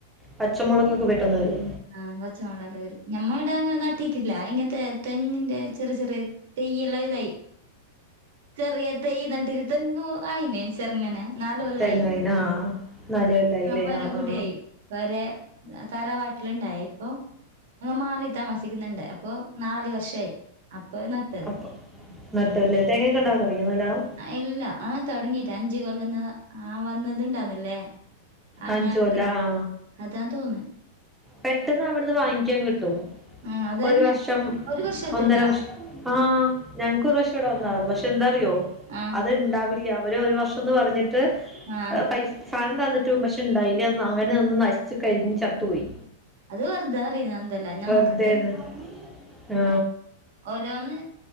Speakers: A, in the centre; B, on the right.
A: പച്ചമുളകക്കെ പെട്ടന്നവരു
B: ആ പച്ചമുള്ളല്ല വരും ഞമ്മഇട അങ്ങനെ നട്ടിട്ടില്ല ഇങ്ങനത്തെ തെങ്ങിൻറെ ചെറിയ ചെറിയ തെയ്യല്ലാ ഇതായി ചെറിയ തൈ നട്ടട്ട് തെങ്ങ് ആയിന് ചെറുങ്ങനെ നാലൊല്ലായി
A: തേങ്ങായിന ആ നാല് കൊല്ലായില്ലേ
B: പൊരകൂടിയായി.
A: ആ ആ
B: വരെ തറവാട്ടിലുണ്ടായ ഇപ്പൊ ഞങ്ങ മാറി താമസിക്കുന്നണ്ട്. അപ്പൊ നാലു വർഷായി അപ്പൊ നട്ടത്.
A: അപ്പ നട്ടുലേ
B: ആഹ്.
A: തേങ്ങയൊക്ക ഇണ്ടാവാതുടങ്ങിയ നല്ലാണോ?
B: ഇല്ല ആഹ തുടങ്ങീറ്റ അഞ്ചകൊല്ലന്ന് ആഹ വന്നത് ണ്ടന്നില്ലേ? അങ്ങൻത്തെ
A: അഞ്ച് കൊല്ലം ആ
B: അതാ തോന്ന.
A: പെട്ടെന്ന് അവിടുന്ന് വാങ്ങിക്കാകിട്ടും
B: ആഹ് അതന്നെ.
A: ഒരു വർഷം
B: ഒരു വർഷത്തെ
A: ഒന്നര
B: ഉണ്ടാന്ന്.
A: വർഷം ആഹ് ഞങ്ങക്കൊറവിശ്യ ഇവിടെ വന്നാണ് പക്ഷെ എന്താറിയോ
B: ആഹ്
A: അത് ഇണ്ടാവില്ല അവര് ഒരു വർഷം വർഷന്ന് പറഞ്ഞിട്ട്
B: ആഹ്.
A: പൈസ സാനം തന്നിട്ടും പശെ ഇണ്ടായില്ല അങ്ങനെ ഒന്ന് നശിച്ചു കരിഞ്ഞ ചത്തുപോയി.
B: അത് വെർതേറിയന്നത് എന്തല്ല നമ്മക്ക
A: വെറുതെന്ന് ആ
B: ഓരോന്ന്